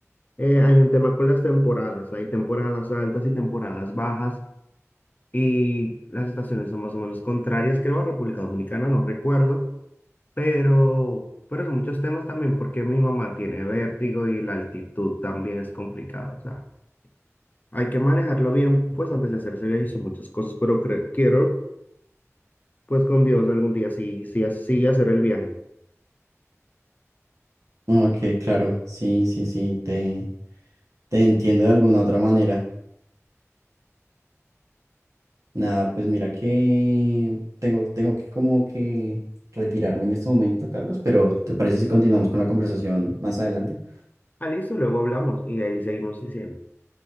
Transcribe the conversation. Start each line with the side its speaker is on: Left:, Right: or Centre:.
Left: eh, hay un tema con las temporadas, hay temporadas altas y temporadas bajas y las estaciones son más o menos contrarias, creo a República Dominicana, no recuerdo, pero, pero son muchos temas también porque mi mamá tiene vértigo y la altitud también es complicada, o sea. Hay que manejarlo bien, pues antes de hacer ese viaje son muchas cosas, pero cre- quiero, pues con Dios algún día sí, sí, sí hacer el viaje.
Right: Ok, claro, sí, sí, sí, te, te entiendo de alguna otra manera. Nada, pues mira que tengo, tengo que como que retirarme en este momento, Carlos, pero ¿te parece si continuamos con la conversación más adelante?
Left: Ah, listo, luego hablamos y ahí seguimos diciendo.